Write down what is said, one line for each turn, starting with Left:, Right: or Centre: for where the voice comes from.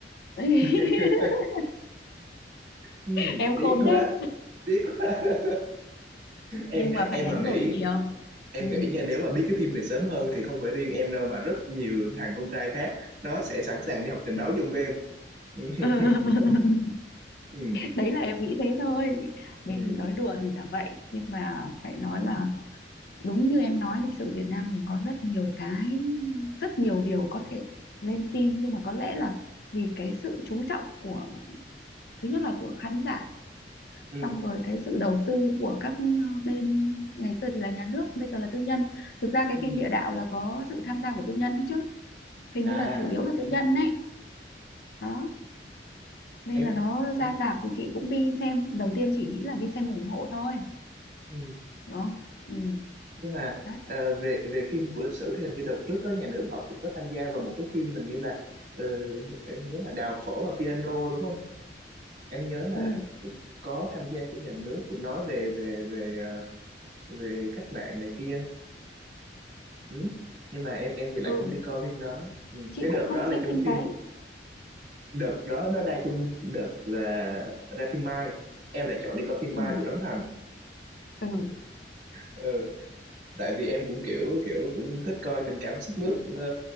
Left: <laughs>
Right: <laughs> ừ,
Left: em
Right: tiếc
Left: khôn
Right: quá
Left: thế
Right: tiếc quá <laughs> em
Left: nhưng mà
Right: em
Left: phải đánh
Right: mà nghĩ
Left: đổi nhiều
Right: em
Left: ừ.
Right: nghĩ nha nếu mà biết cái phim này sớm hơn thì không phải riêng em đâu mà rất nhiều thằng con trai khác nó sẽ sẵn sàng đi học tình báo chung với em <laughs>
Left: <laughs>
Right: ừ,
Left: đấy là em nghĩ thế thôi
Right: ừ,
Left: mình nói đùa thì là vậy nhưng mà phải nói là đúng như em nói lịch sử Việt Nam mình có rất nhiều cái rất nhiều điều có thể lên phim nhưng mà có lẽ là vì cái sự chú trọng của thứ nhất là của khán giả
Right: ừ, ừ.
Left: xong rồi cái sự đầu tư của các ờ, bên ngày xưa thì là nhà nước bây giờ là tư nhân thực ra cái
Right: ừ.
Left: phim địa đạo là có sự tham gia của tư nhân đấy chứ hình
Right: à
Left: như là chủ yếu là tư nhân đấy đó nên
Right: em
Left: là nó ra rạp thì chị cũng đi xem đầu tiên chỉ nghĩ là đi xem ủng hộ thôi
Right: ừ.
Left: đó ừ
Right: nhưng mà
Left: đấy
Right: ờ, về về phim của lịch sử thì hình như đợt trước đó nhà nước họ cũng có tham gia vào một cái phim mình như là ờ, em nhớ là đào phở và piano đúng không em nhớ là
Left: ừ
Right: cũng có tham gia của nhà nước cũng nói về về về ờ, về cách mạng này kia ừ. nhưng mà em em thì lại
Left: ừ
Right: không đi coi phim đó ừ.
Left: chị
Right: cái
Left: cũng
Right: đợt
Left: không
Right: đó là
Left: xem
Right: chung
Left: phim
Right: phim
Left: đấy
Right: đợt đó nó ra chung đợt là ra phim Mai em lại chọn đi coi phim
Left: ừ
Right: Mai của Trấn Thành
Left: ừ
Right: ừ. tại vì em cũng kiểu kiểu cũng thích coi tình cảm sức mướt ờ,